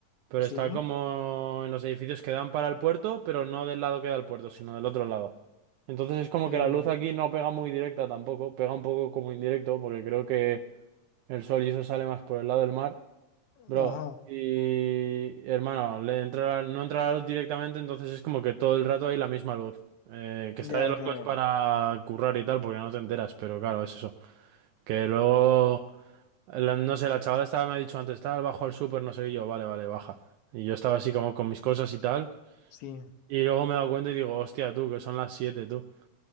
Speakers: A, on the right (about 75°); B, on the left (about 70°).
A: pero está
B: Sí.
A: como en los edificios que dan para el puerto, pero no del lado que da el puerto, sino del otro lado. Entonces es como
B: Eh,
A: que la luz aquí no pega muy directa tampoco, pega un poco como indirecto, porque creo que el sol y eso sale más por el lado del mar. Bro,
B: ajá,
A: y hermano, le entra, no entra la luz directamente, entonces es como que todo el rato hay la misma luz. Eh, que está
B: ya,
A: de locos
B: claro.
A: para currar y tal, porque no te enteras, pero claro, es eso. Que luego, la- no sé, la chavala estaba, me ha dicho antes, tal, bajo al súper, no sé, qué", y yo, vale, vale, baja. Y yo estaba así como con mis cosas y tal.
B: Sí,
A: Y luego me he dado cuenta y digo, hostia, tú, que son las 7 tú.